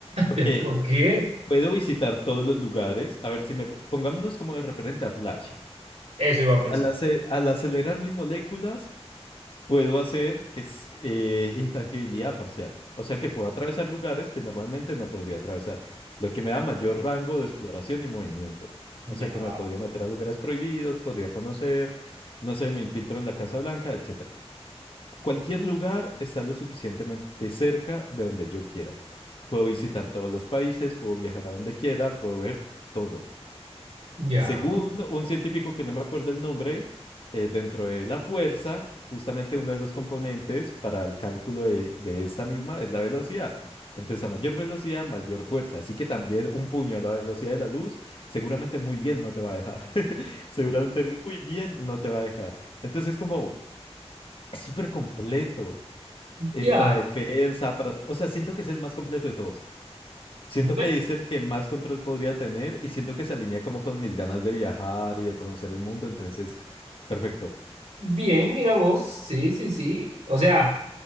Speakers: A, on the left; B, on the right.
A: Porque
B: ¿Pero por qué?
A: puedo visitar todos los lugares. A ver si me... po- Pongámonos como de referente a Flash.
B: Eso iba a pensar.
A: Al, ace-
B: Ok,
A: al acelerar mis moléculas, puedo hacer que es eh, intangibilidad parcial. O sea que puedo atravesar lugares que normalmente no podría atravesar, lo que me da mayor rango de exploración y movimiento.
B: Ya,
A: O sea que me podría meter a lugares prohibidos, podría conocer, no sé, me infiltro en la Casa Blanca, etcétera. Cualquier lugar está lo suficientemente cerca de donde yo quiera. Puedo visitar todos los países, puedo viajar a donde quiera, puedo ver todo.
B: ya,
A: Según un científico que no me acuerdo el nombre, eh, dentro de la fuerza, justamente uno de los componentes para el cálculo de, de esa misma es la velocidad. Entonces, a mayor velocidad, mayor fuerza. Así que también un puño a la velocidad de la luz, seguramente muy bien no te va a dejar. <laughs> Seguramente muy bien no te va a dejar. Entonces, es como es súper completo. eh,
B: ya.
A: para defensa, para... O sea, siento que es el más completo de todos. Siento
B: Bueno,
A: que es el que más control podría tener y siento que se alinea como con mis ganas de viajar y de conocer el mundo, entonces es perfecto.
B: bien, mira vos, sí, sí, sí. O sea.